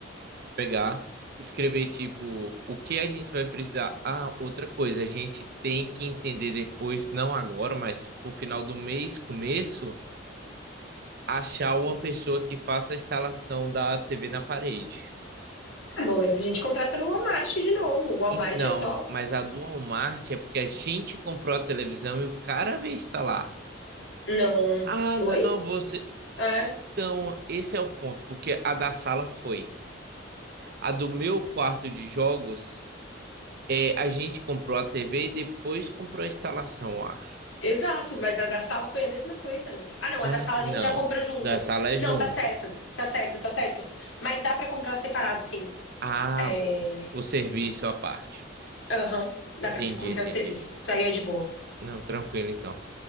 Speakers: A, on the right; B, on the left.
A: Pegar, escrever tipo o que a gente vai precisar. Ah, outra coisa, a gente tem que entender depois, não agora, mas pro final do mês, começo achar uma pessoa que faça a instalação da TV na parede.
B: Ah, bom, mas a gente contrata no Walmart de novo. O Walmart
A: En- Não,
B: é só.
A: mas a do Walmart é porque a gente comprou a televisão e o cara veio instalar.
B: Não.
A: Ah,
B: Foi?
A: não, você.
B: É,
A: Então, esse é o ponto, porque a da sala foi. A do meu quarto de jogos, é, a gente comprou a TV e depois comprou a instalação, eu acho.
B: exato. Mas a da sala foi a mesma coisa, não foi? Ah, não, a
A: Ah,
B: da sala
A: não.
B: a gente já comprou junto.
A: Da sala é
B: Não,
A: junto.
B: tá certo. Tá certo, tá certo. Mas dá pra comprar separado, sim.
A: Ah,
B: É.
A: boa. O serviço à parte.
B: Aham. Dá
A: Entendi,
B: pra comprar
A: entendi.
B: o serviço. Isso aí é de boa.
A: Não, tranquilo então.